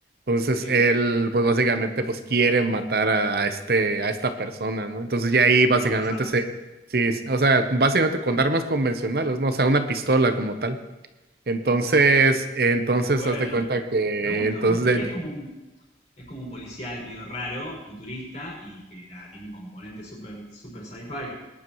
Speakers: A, on the right (about 55°); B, on the left (about 40°).
A: Entonces
B: sí,
A: él, pues básicamente, pues quiere matar a, a este, a esta persona, ¿no? Entonces ya ahí
B: con
A: básicamente
B: otras armas.
A: se, sí, es- o sea, básicamente con armas convencionales, ¿no? O sea, una pistola como tal. Entonces,
B: Claro.
A: entonces
B: Qué bueno.
A: haz de cuenta que,
B: Me gusta,
A: entonces,
B: me gusta.
A: de,
B: Es como un Es como un policial medio raro, futurista, y que nada, tiene un componente súper super sci-fi.